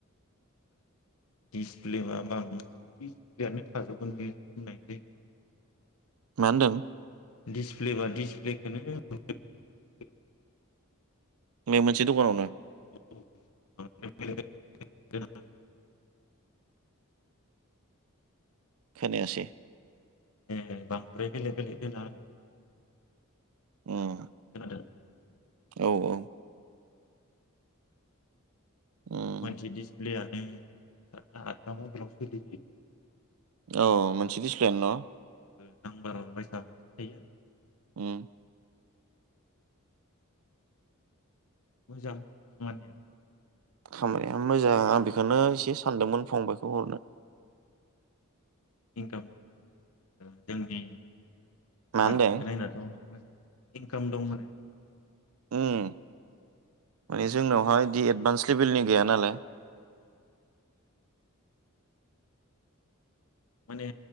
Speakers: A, on the left (about 85°); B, on the right (about 75°).
A: दिसप्लेम ब दिसप्लेयानो थाजोबगोन बे होननाय जायगायाव
B: मा होनदों
A: दिसप्ले बा दिसप्लेखौनो <unintelligible>
B: बे मोनसे दखानावनो
A: <unintelligible>
B: खोनायासै
A: ए बांद्राय बेलेक बेलेक गला आरो
B: अम
A: खोनादों
B: औ औ उम
A: मोनसे दिडिसप्लेयानो सातथा आदथा मबेलाव सोलियो
B: औ मोन से दिसप्लेयानो न
A: नां बार बायसा मोनसे थायो आरो
B: उम
A: मोजां खामानिया
B: खामानिया मोजां आ बेखौनो एसे सानदोंमोन फंबायखौ गरनो <unintelligible>
A: इनकाम दंमोन जोंनि
B: मा
A: मार्केटखौ
B: होनदों
A: नायनाथ' मोजां इनकाम दं होने <unintelligible>
B: उम माने जोंनावहाय दि एदभान्स सिभिलनि गैया नालाय
A: औ माने